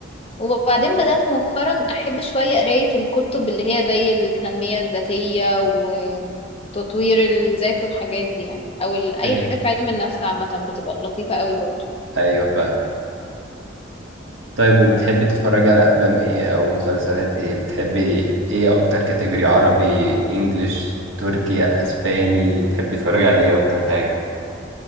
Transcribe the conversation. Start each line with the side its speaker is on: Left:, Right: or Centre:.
Left: وبعدين بدأت مؤخرا أحب شوية قراية الكتب اللي هي زي التنمية الذاتية وتطوير الذات والحاجات دي يعني أو ال- أي
Right: اوكي.
Left: حاجة في علم النفس عامة بتبقى لطيفة قوي برضه
Right: ايوه فاهم طيب وبتحبي تتفرجي على افلام ايه او مسلسلات ايه بتحبي ايه اكتر كاتيجوري عربي انجليش تركي اسباني تحبي تتفرجي على ايه اكتر حاجة